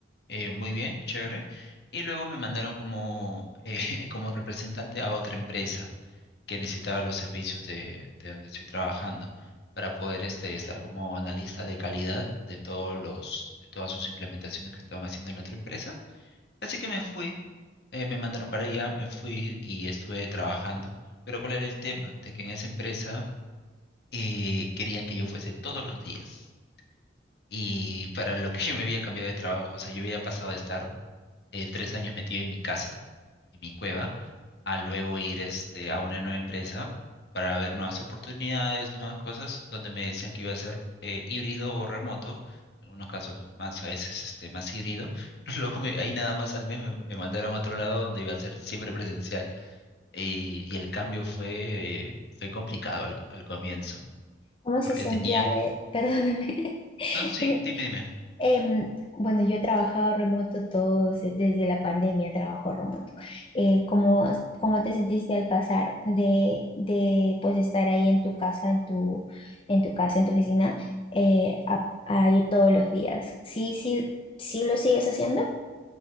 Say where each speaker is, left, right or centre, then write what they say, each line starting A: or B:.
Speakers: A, on the left; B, on the left.
A: eh, muy bien, chévere, y luego me mandaron como, eh, <laughs> como representante a otra empresa que necesitaba los servicios de, de donde estoy trabajando para poder este, estar como analista de calidad de todos los, de todas sus implementaciones que estaban haciendo en la otra empresa Así que me fui, eh, me mandaron para allá, me fui y estuve trabajando. Pero ¿cuál era el tema? De que en esa empresa eh, querían que yo fuese todos los días. Y para lo que <laughs> yo me había cambiado de trabajo, o sea, yo había pasado de estar eh, tres años metido en mi casa en mi cueva, a luego ir este, a una nueva empresa para ver nuevas oportunidades, nuevas cosas, donde me decían que iba a ser eh, híbrido o remoto, en algunos casos más, a veces este, más híbrido, <laughs> pero luego me- ahí nada más al mes me, me mandaron a otro lado donde iba a ser siempre presencial. Y, y el cambio fue, fue complicado al, al comienzo,
B: ¿Cómo se
A: porque
B: sentía
A: tenía...
B: de, <laughs> perdóname, <laughs>
A: No, no, sí, dime, dime.
B: Em, bueno, yo he trabajado remoto todo, se- desde la pandemia trabajo remoto. Eh, ¿cómo, cómo te sentiste al pasar de, de pues estar ahí en tu casa, en tu, en tu casa, en tu oficina, eh, a, a ir todos los días? ¿Sí, sí, sí lo sigues haciendo?